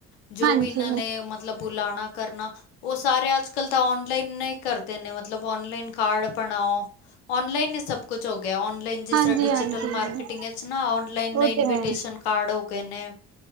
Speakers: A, on the left; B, on the right.
A: ਜੋ
B: ਹਾਂਜੀ
A: ਵੀ ਇਹਨਾਂ ਨੇ ਮਤਲਬ ਬੁਲਾਣਾ ਕਰਨਾ। ਉਹ ਸਾਰੇ ਅੱਜ-ਕੱਲ੍ਹ ਤਾਂ ਔਨਲਾਈਨ ਨੀ ਕਰਦੇ ਨੇ, ਮਤਲਬ ਔਨਲਾਈਨ ਕਾਰਡ ਬਣਾਓ। ਔਨਲਾਈਨ ਹੀ ਸਭ ਕੁਛ ਹੋ ਗਿਆ, ਔਨਲਾਈਨ ਜਿਸ
B: ਹਾਂਜੀ
A: ਤਰਾਂ ਡਿਜੀ
B: ਹਾਂਜੀ
A: ਮਾਰਕਟਿੰਗ ਚ ਨਾ ਔਨਲਾਈਨ
B: ਉਹ
A: ਇਨਵਟੇਸ਼ਨ
B: ਤੇ ਹੈ
A: ਕਾਰਡ ਹੋਗੇ ਨੇ।